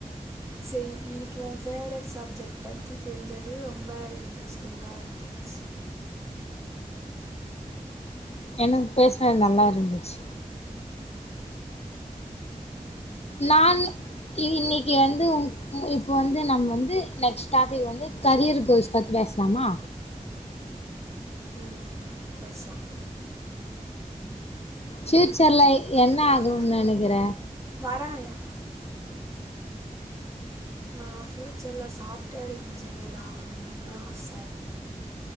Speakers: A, on the right (about 20°); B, on the left (about 50°).
A: செரி இன்னைக்கு உன் பேவரெட் சப்ஜெக்ட் பத்தி தெருஞ்சது ரொம்ப இன்ட்ரெஸ்டிங்கா இருந்துச்சு
B: எனக்கு பேசுனது நல்லா இருந்துச்சு நானு இ இன்னைக்கு வந்து உ உ இப்ப வந்து நம்ம வந்து நெக்ஸ்ட் டாபிக் வந்து கரியர் கோல்ஸ் பத்தி பேசலாமா
A: ம் பேசலாம்
B: பியூச்சர்ல என்ன
A: இதோ
B: ஆகனும்ன்னு
A: வரேன்
B: நெனக்கிற
A: வராயா நான் ஃபியூச்சர்ல சாஃப்ட்வேர் இன்ஜினியர் ஆகணும்னு ஆச